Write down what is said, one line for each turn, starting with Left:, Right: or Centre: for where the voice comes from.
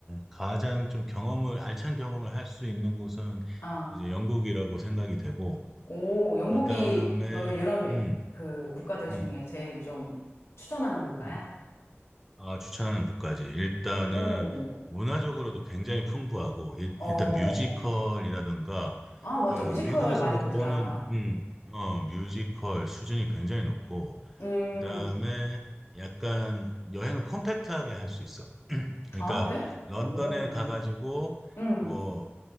Centre: 가장 좀 경험을, 알찬 경험을 할 수 있는 곳은
Left: 아,
Centre: 이제 영국이라고 생각이 되고,
Left: 오, 영국이
Centre: 그 다음에,
Left: 너는 유럽 여-
Centre: 음,
Left: 그 국가들
Centre: 음,
Left: 중에 제일 좀 추천하는 국가야?
Centre: 음. 아, 추천하는 국가지. 일단은
Left: 오,
Centre: 문화적으로도 굉장히 풍부하고, 일,
Left: 어,
Centre: 일단 뮤지컬이라든가,
Left: 아, 맞아.
Centre: 그
Left: 뮤지컬
Centre: 미국에서
Left: 많이
Centre: 못
Left: 보더라.
Centre: 보는, 음, 어, 뮤지컬 수준이 굉장히 높고,
Left: 음,
Centre: 그다음에 약간 여행을 컴팩트하게 할 수 있어. 그러니까
Left: 아, 그래?
Centre: 런던에
Left: 오,
Centre: 가가지고
Left: 음.
Centre: 뭐